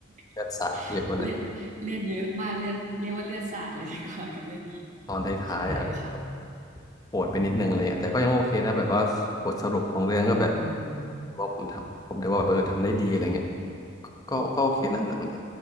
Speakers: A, on the right (about 40°); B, on the left (about 20°).
A: <laughs>
B: เลือดสาดเยอะกว่าหน่อย
A: เลือดเลือดเยอะมากเลือดเรียกว่าเลือดสาดเลยดีกว่ากับเรื่องนี้
B: ตอนท้ายๆอะเออจะแบบ
A: ใช่ค่ะ
B: ปวดไปนิดนึงอะไรเงี้ยแต่ก็ยังโอเคนะแบบว่าบทสรุปของเรื่องก็แบบ
A: อืม
B: ว่าผมทำผมถือว่าแบบเออทำได้ดีอะไรเงี้ยก็ก็ก็โอเคนะหนังนี้